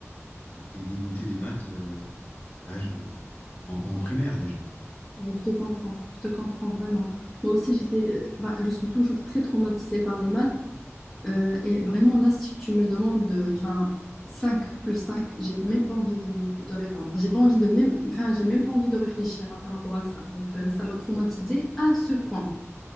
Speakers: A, on the left; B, in the centre.
A: et, et dégoûté des maths euh, à l'âge de, en, en primaire déjà. <laughs>
B: Ouais, Je te comprends. Je te comprends vraiment. Moi aussi, j'étais, bah, je suis toujours très traumatisée par les maths. Euh, et vraiment, là, si tu me demandes de, enfin, 5 plus 5, j'ai même pas envie de, de- de répondre. J'ai pas envie de même, enfin, j'ai même pas envie de réfléchir hein, par rapport à ça. Donc, euh, ça m'a traumatisée à ce point.